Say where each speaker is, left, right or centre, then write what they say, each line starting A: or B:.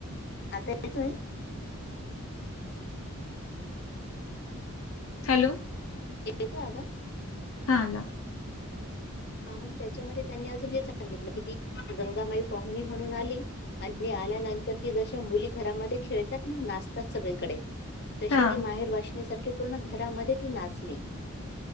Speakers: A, on the left; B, on the left.
A: आता येतोय.
B: हॅलो.
A: येतोय आवाज?
B: आला.
A: हा मग त्याच्यामध्ये त्यांनी अजून हे सांगितलं की ती गंगामाई पाहुणी म्हणून आली. आणि आल्यानंतर ती जश्या मुली घरामध्ये खेळतात ना, नाचतात सगळीकडे. तशी
B: हा
A: ती माहेरवाशनी सारखी पूर्ण घरामध्ये ती नाचली.